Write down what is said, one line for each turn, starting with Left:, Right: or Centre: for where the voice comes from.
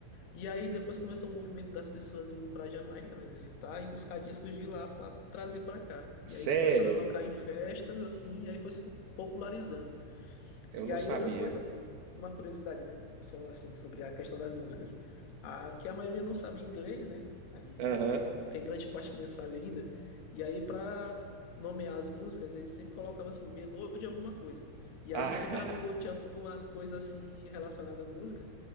Left: E aí depois começou o movimento das pessoas indo para Jamaica, né, visitar e buscar discos de lá para trazer para cá. E
Right: sério,
Left: aí começaram a tocar em festas assim, e aí foi se popularizando.
Right: eu
Left: E
Right: não
Left: aí
Right: sabia.
Left: outra coisa, uma curiosidade, né? Só assim, sobre a questão das músicas. A, que a maioria não sabia inglês, né? Aí
Right: Aham.
Left: eu-
Right: <laughs>
Left: tem grande parte que nem sabe ainda. E aí para nomear as músicas, eles sempre colocavam assim, melô de alguma coisa. E
Right: Ah,
Left: aí sempre era melô
Right: <laughs>
Left: de alguma coisa assim relacionada à música.